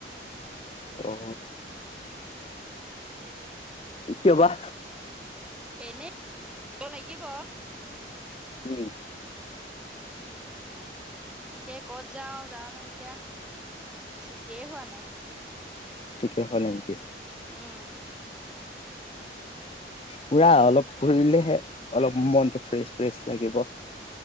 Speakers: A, on the left; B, in the centre.
A: অ কিয়বা
B: এনে কব লাগিব
A: উম
B: তাকে ক'ত যাওঁ, যাও ন এতিয়া ঠিকেই হোৱা নাই।
A: কিক হয় নেকি <unintelligible>
B: উম
A: পুৰা অলপ ফুৰিলেহে অলপ মনতটো ফ্ৰেচ, ফ্ৰেছ লাগিব।